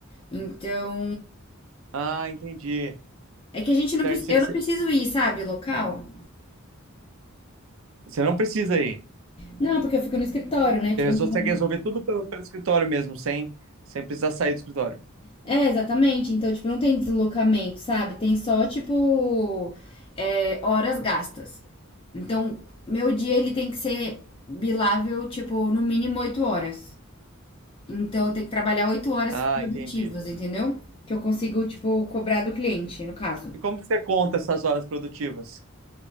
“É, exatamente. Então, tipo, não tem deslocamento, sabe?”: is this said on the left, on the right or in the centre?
Left